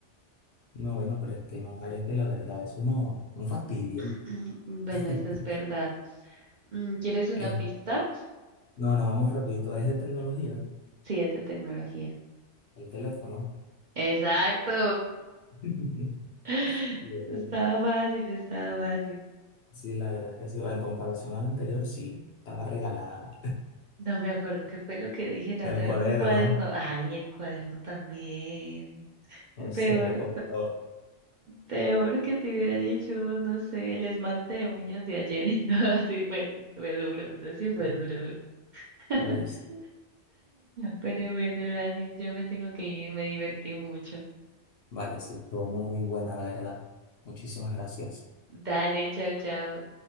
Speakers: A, on the left (about 60°); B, on the right (about 50°).
A: No, bueno, pero es que hay mujeres que la verdad eso no, un fastidio.
B: <clears throat> Bueno,
A: <laughs>
B: esta es verdad. Mm, ¿Quieres una
A: Eh,
B: pista?
A: no, no, vamos rapidito. Es de tecnología.
B: Sí, es de tecnología.
A: El teléfono.
B: Exacto.
A: <laughs>
B: <laughs>
A: Yo,
B: Estaba fácil, estaba fácil.
A: Sí, la verdad que sí. bueno En comparación al anterior, sí, estaba regalada.
B: No me acuerdo qué fue lo que dije la otra.
A: El cuaderno.
B: Un cuaderno. Ay, el cuaderno también.
A: Entonces
B: Peor,
A: me costó.
B: Peor que te hubiera dicho, no sé, el esmalte de uñas de ayer. <laughs> No, sí, fue, fue duro, eso sí fue duro. <laughs>
A: Oye, sí.
B: Pero bueno, Daniel, ya me tengo que ir, me divertí mucho.
A: Vale, sí, estuvo muy buena, la verdad. Muchísimas gracias.
B: Dale, chao, chao.